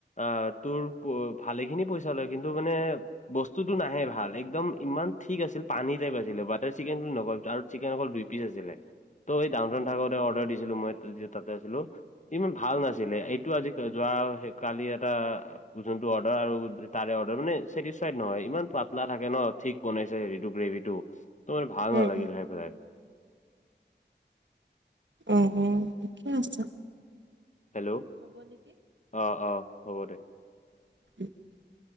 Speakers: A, on the left (about 40°); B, on the right (about 80°).
A: আঁ তোৰ প' ভালেখিনি পইচা লয় কিন্তু মানে বস্তুটো নাহে ভাল। একদম ইমান ঠিক আছিল পানীত তে বাজিলে। বাটাৰ চিকেন বুলি নকয় আৰু জাৰ্ব চিকেন অকল দুইপিচ আছিলে। ত' এই ডাউথন থাকোঁতে অৰ্ডাৰ দিছিলোঁ মই তেতিয়া তাতে আছিলোঁ। ইমান ভাল নাছিলে। এইটো আজি কা হেৰি কালি এটা যোনটো অৰ্ডাৰ আৰু তাৰে অৰ্ডাৰ মানে চেটিছফাইড নহয়। ইমান পাতলা থাকে ন'। ঠিক বনাইছে হেৰিটো গ্ৰেভি টো। ত' মানে ভাল
B: উম,
A: নালাগিল
B: উম।
A: খাই পেলাই।
B: উম, উম ঠিকে আছোঁ।
A: হেল্ল! অঁ, অঁ হ'ব দে।
B: <unintelligible>